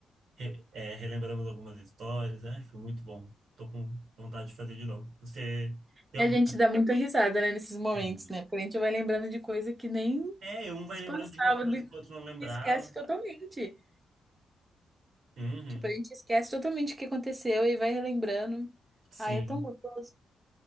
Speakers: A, on the right; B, on the right.
A: re- é, relembramos algumas histórias, ai, foi muito bom. Tô com vontade de fazer de novo. Você tem
B: E
A: algum?
B: a gente dá muita risada, né, nesses momentos,
A: Tem.
B: né? Porque a gente vai lembrando de coisa que nem
A: É, um vai
B: se
A: lembrando
B: passava,
A: de uma coisa
B: me-
A: que o outro não lembrava.
B: esquece totalmente.
A: Uhum.
B: Tipo, a gente esquece totalmente o que aconteceu e vai relembrando.
A: Sim.
B: Ai, é tão gostoso.